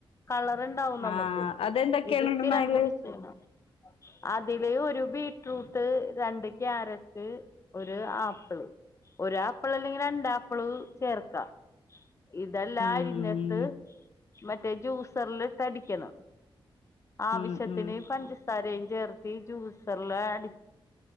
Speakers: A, on the left; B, on the left.
A: കളർണ്ടാവും നമക്ക്.
B: ആഹ് അതെന്തൊക്കെയാണ്
A: ഇത്
B: ഇടണ
A: സ്ഥിരം
B: അയില്
A: കുടിച്ചെയ്ഞ്ഞാ. അതില് ഒരു ബീട്രൂ ട്ട്, രണ്ട് ക്യാരറ്റ്, ഒരു ആപ്പിള്. ഒരു ആപ്പിൾ അല്ലെങ്കി രണ്ടാപ്പിള് ചേർക്കാ. ഇതെല്ലാം
B: ഉം
A: അരിഞ്ഞ്ട്ട് മറ്റേ ജ്യൂസറില് ഇട്ടടിക്കണം. ആവശ്യത്തിന്
B: ഉം ഉം
A: പഞ്ചസാരയും ചേർത്തി ജ്യൂസെർലെ അടി